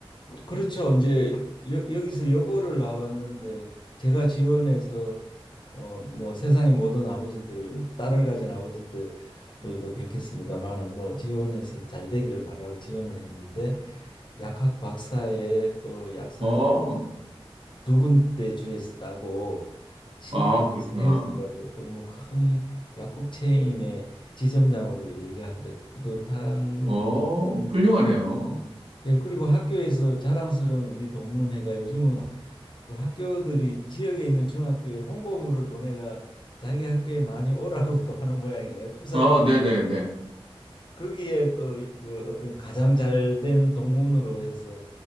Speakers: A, on the left (about 50°); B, on the right (about 65°).
A: 그- 그렇죠. 이제 여, 여기서 여고를 나왔는데 제가 지원해서 어 뭐 세상의 모든 아버지들 딸을 가진 아버지들도 그렇겠습니다만은 뭐 지원해서 잘 되기를 바라고 지원을 했는데 약학 박사의 또 약사직을
B: 어,
A: 두 군데 주에서 따고 CBS
B: 아, 그렇구나.
A: 헬스라고 또 뭐 큰 약국 체인의 지점장으로 이래 일하니까 뿌듯한
B: 어, 훌륭하네요.
A: 예 그리고 학교에서 자랑스러운 우리 동문회가 요즘은 그 학교들이 지역에 있는 중학교에 홍보물을 보내가 자기 학교에 많이 오라고 <laughs> 또 하는 모양이에요 출산율
B: 아, 네네네.
A: 거기에 또 그 어떤 가장 잘된 동문으로 해서